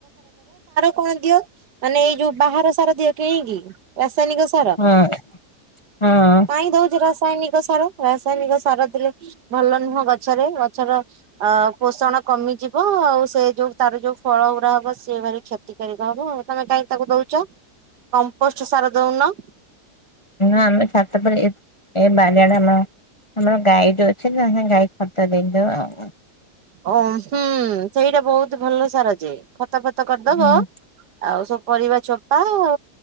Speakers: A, on the right; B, on the left.
A: କଣ ଦିଅ? ମାନେ ଏଇ ଯଉ ବାହାର ସାର ଦିଅ କିଣିକି? ରାସାୟନିକ ସାର।
B: ହଁ ହଁ
A: କାଇଁ ଦଉଚ ରାସାୟନିକ ସାର, ରାସାୟନିକ ସାର ଦେଲେ ଭଲ ନୁହଁ ଗଛରେ ଗଛର ଅ ପୋଷଣ କମିଯିବ ଆଉ ସେ ଯୋଉ ତାର ଯୋଉ ଫଳ ଗୁରା ହବ ସେ ଭାରି କ୍ଷ କ୍ଷତିକାରକ ହବ ତମେ କାଇଁ ତାକୁ ଦଉଚ କମ୍ପୋଷ୍ଟ ସାର ଦଉନ।
B: ନା ଆମେ ଛାତଉପରେ ଏ ଏ ବାରିଆଡେ ଆମ ଆମର ଗାଈ ଟେ ଅଛି ତା ସାଙ୍ଗେ ଗାଈ ଖତ ଦେଇଦଉ ଆଉ।
A: ଓ ହୁଁ ସେଇଟା ବହୁତ ଭଲ ସାରଯେ ଖତ ଫତ କରିଦବ
B: ହୁଁ।
A: ଆଉ ସବୁ ପରିବା ଚୋପା ଆଉ